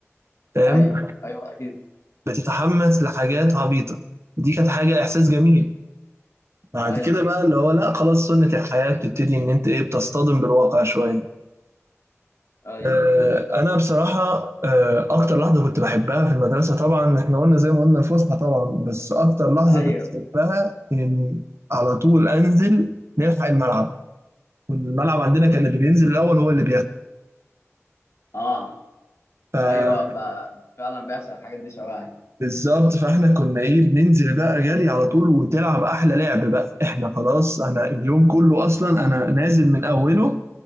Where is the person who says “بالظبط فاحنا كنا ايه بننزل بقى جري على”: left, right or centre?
Right